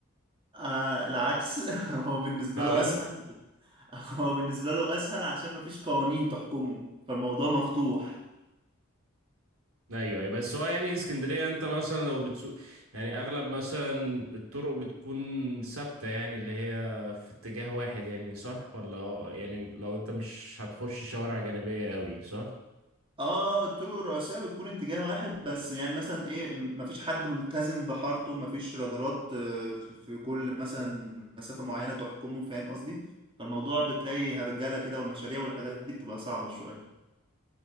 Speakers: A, on the right; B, on the right.
A: آه العكس <laughs> هو بالنسبة
B: فعلا
A: له اسهل هو بالنسبة له اسهل عشان مفيش قوانين تحكمه فالموضوع مفتوح
B: ايوه ايوه بس هو يعني اسكندريه انت مثلا لو بتسوق يعني اغلب مثلا الطرق بتكون ثابته يعني اللي هي في اتجاه واحد يعني صح ولا هو- يعني لو انت مش هتخش شوارع جانبيه قوي صح
A: اه الطرق الرئيسية بتكون اتجاه واحد بس يعني مثلا ايه م- مفيش حد ملتزم بحارته مفيش رادارات آه، في في كل مثلا مسافة معينة تحكمه فاهم قصدي فالموضوع بتلاقي هرجلة كده والمشاريع والحاجات دي بتبقى صعبة شوية